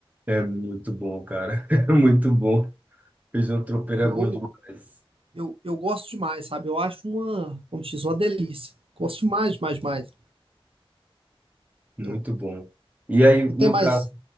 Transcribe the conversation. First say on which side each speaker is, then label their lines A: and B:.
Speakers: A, on the right; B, on the right.
A: É muito bom, cara. <laughs> É muito bom. Feijão tropeiro
B: Eu,
A: é bom demais.
B: eu, eu gosto demais, sabe? Eu acho uma, como diz, uma delícia. Gosto demais, demais, demais.
A: Muito
B: Eu,
A: bom. E aí,
B: até
A: no
B: mais.
A: caso,